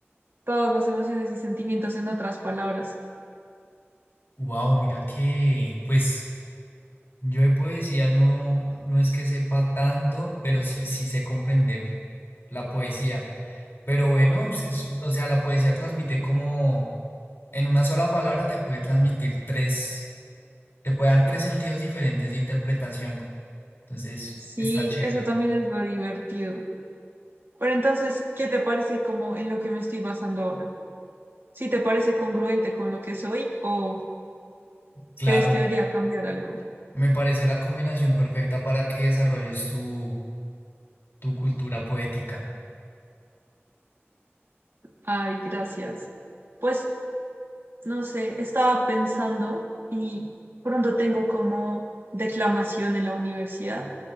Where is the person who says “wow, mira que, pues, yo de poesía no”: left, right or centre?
Left